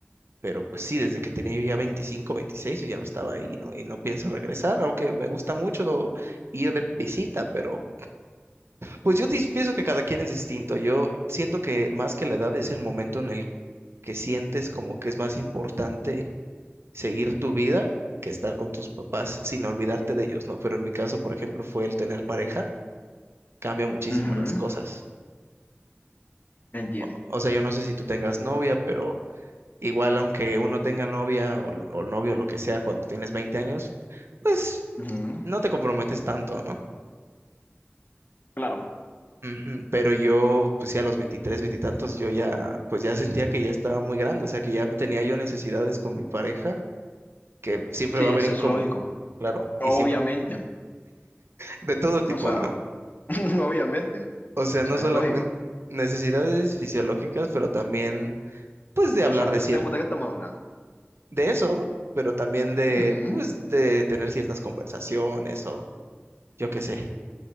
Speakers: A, on the right; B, on the left.
A: pero pues sí, desde que tenía yo ya 25, 26, yo ya no estaba ahí, ¿no? Y no pienso regresar, aunque me gusta mucho ir de visita, pero pues yo dis- pienso que cada quien es distinto. Yo siento que más que la edad es el momento en el que sientes como que es más importante seguir tu vida que estar con tus papás sin olvidarte de ellos, ¿no? Pero en mi caso, por ejemplo, fue el tener pareja, cambia muchísimo
B: Ujú,
A: las cosas.
B: Entiendo.
A: O sea, yo no sé si tú tengas novia, pero igual aunque uno tenga novia o, o novio, lo que sea, cuando tienes 20 años, pues
B: Ujú.
A: no te comprometes tanto, ¿no?
B: Claro,
A: Ujú, Pero yo, pues sí, a los veintitrés 20 tantos, yo ya, pues ya sentía que ya estaba muy grande, o sea, que ya tenía yo necesidades con mi pareja, que siempre
B: sí,
A: va
B: eso
A: a haber incom...
B: es lógico.
A: Claro,
B: Obviamente,
A: y siempre, de todo tipo,
B: o sea,
A: ¿no?
B: <laughs> obviamente, o
A: O sea,
B: sea,
A: no solamente
B: es lógico.
A: necesidades fisiológicas, pero también, pues, de
B: Exacto,
A: hablar de cierto,
B: ya sabemos de qué estamos hablando.
A: de eso, pero también de,
B: Mm,
A: pues, de tener ciertas conversaciones o yo qué sé,